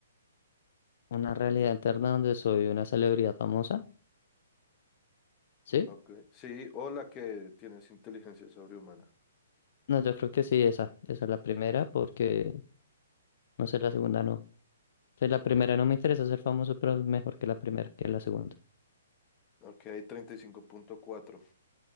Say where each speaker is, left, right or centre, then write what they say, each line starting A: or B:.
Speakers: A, on the left (about 50°); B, on the left (about 25°).
A: una realidad interna donde soy una celebridad famosa, ¿sí?
B: Ok. Sí, o la que tienes inteligencia sobrehumana.
A: No, yo creo que sí, esa, esa es la primera, porque no sé, la segunda no. Pues la
B: Ok.
A: primera no me interesa ser famoso, pero es mejor que la primera, que la segunda.
B: Ok, treinta y cinco punto cuatro